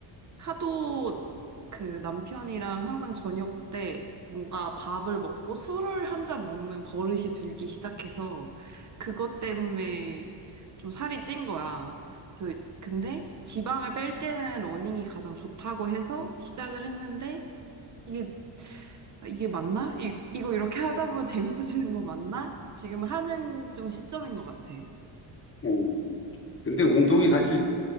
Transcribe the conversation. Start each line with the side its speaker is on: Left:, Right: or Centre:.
Right: 하도 그 남편이랑 항상 저녁 때 뭔가 밥을 먹고 술을 한 잔 먹는 버릇이 들기 시작해서, 그것 때문에 좀 살이 찐 거야. 그래서 근데 지방을 뺄 때는 러닝이 가장 좋다고 해서 시작을 했는데, 이게, 이게 맞나? 이, 이거 이렇게 하다 보면 재밌어지는 거 맞나? 지금 하는 좀 시점인 것 같아.
Left: 음. 근데 운동이 사실